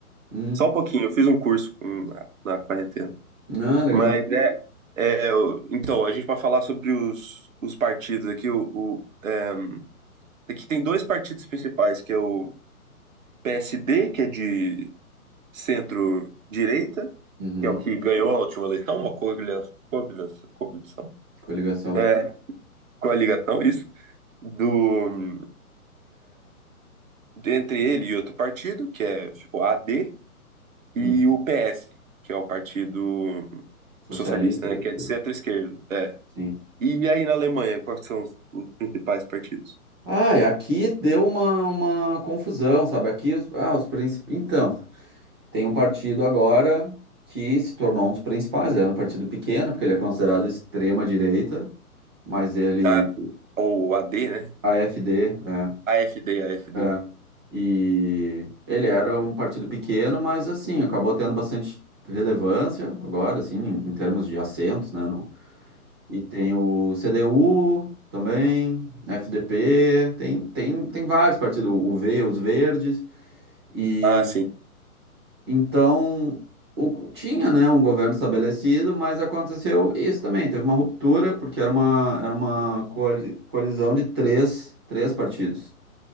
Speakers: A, on the right; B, on the right.
A: Hum,
B: só um pouquinho, eu fiz um curso hum, na na quarentena.
A: não, legal.
B: Mas é, é, eu- então, a gente para falar sobre os, os partidos aqui, o, o- é, aqui tem dois partidos principais, que é o PSD, que é de centro-direita,
A: Uhum.
B: que é o que ganhou a última eleição, uma coalia- coalia- coaligação,
A: Coligação.
B: é, coligação, isso, do, entre ele e outro partido, que é, ficou AD, e
A: Hum.
B: o PS, que é o Partido
A: Socialista,
B: Socialista, né,
A: deve
B: que é
A: ser.
B: de centro-esquerda. É.
A: Sim.
B: E aí na Alemanha, quais são os, os principais partidos?
A: Ah, e aqui deu uma, uma confusão, sabe? Aqui os, ah, os princip... Então, tem um partido agora que se tornou um dos principais. Era um partido pequeno, porque ele é considerado extrema-direita, mas ele.
B: Ah, sim. Ou AD, né?
A: AfD, é,
B: AFD, AFD.
A: é. E ele era um partido pequeno, mas assim, acabou tendo bastante relevância agora, assim, em, em termos de assentos, né, no, E tem o CDU também, FDP, tem, tem, tem vários partidos, o V, os Verdes. E
B: Ah, sim.
A: então o- tinha, né, um governo estabelecido, mas aconteceu isso também. Teve uma ruptura, porque era uma, era uma coali- coalizão de três, três partidos,